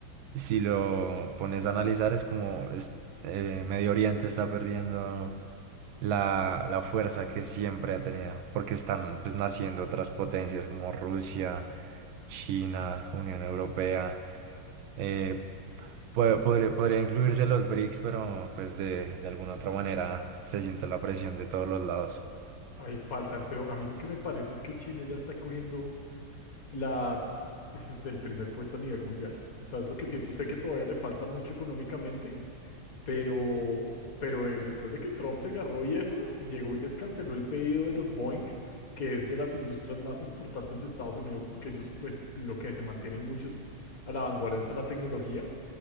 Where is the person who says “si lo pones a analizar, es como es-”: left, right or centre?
Right